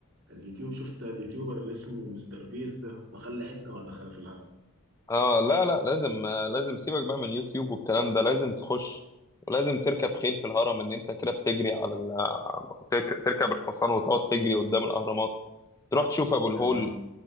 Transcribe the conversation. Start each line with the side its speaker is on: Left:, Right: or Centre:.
Right: اليوتيوب شفت اليوتيوبر اللي اسمه مستر بيس ده ما خلى حته ما دخل في الهرم
Left: اه لا لا لازم آه، لازم سيبك بقى من اليوتيوب والكلام ده لازم تخش ولازم تركب خيل في الهرم ان انت كده بتجري على ال... ترك- تركب الحصان وتقعد تجري قدام الأهرامات تروح تشوف ابو الهول
Right: تمام